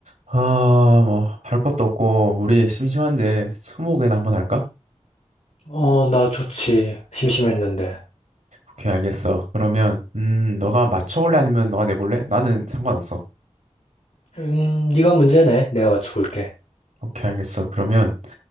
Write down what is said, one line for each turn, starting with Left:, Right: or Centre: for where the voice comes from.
Right: 아, 뭐, 할 것도 없고, 우리 심심한데, 스무고개나 한번 할까?
Left: 어, 나 좋지. 심심했는데.
Right: 오케이, 알겠어. 그러면, 음, 너가 맞춰볼래? 아니면 너가 내볼래? 나는 상관없어.
Left: 음, 네가 문제네. 내가 맞춰볼게.
Right: 오케이, 알겠어. 그러면,